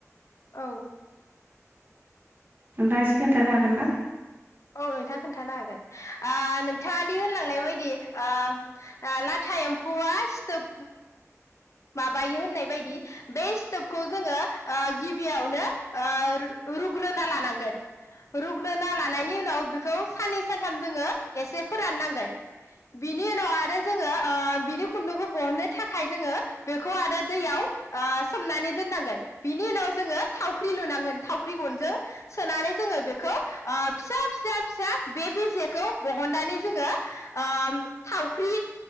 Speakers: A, on the left (about 65°); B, on the right (about 40°).
A: औ।
B: नोंथांङा एसे खोन्थानो हागोनना?
A: औ नोंथां खोन्थानो हागोन ओ नोंथाङा दि होनलांनाय बायदि ओ ओ लाथा एम्फौआ सिथोब माबायो होननाय बायदि बे सिथोबखौ जोङो ओ गिबियावनो ओ रुग्रोना लानांगोन रु रुग्रोना लानायनि उनाव बेखौ साननै सानथाम जोङो एसे फोराननांगोन बिनि उनाव आरो जोङो ओ बिनि खुन्दुंखौ बहननो थाखाय जोङो बेखौ आरो दैयाव ओ सोमनानै दोननांगोन बिनि उनाव जोङो थावख्रि लुनांगोन थावख्रि गनजों सोनानै जोङो बेखौ ओ फिसा फिसा फिसा बे बेजेखौ बहननानै जोङो ओ थावख्रि